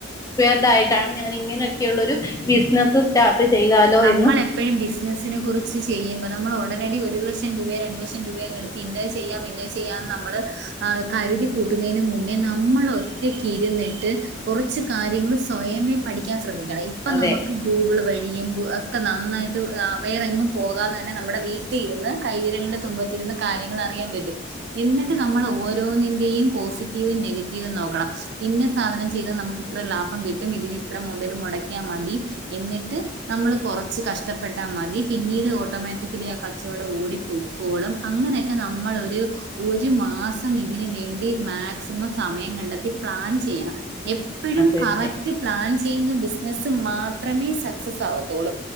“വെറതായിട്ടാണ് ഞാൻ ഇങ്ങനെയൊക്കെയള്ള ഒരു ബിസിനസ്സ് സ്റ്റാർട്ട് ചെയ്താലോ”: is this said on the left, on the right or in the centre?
Left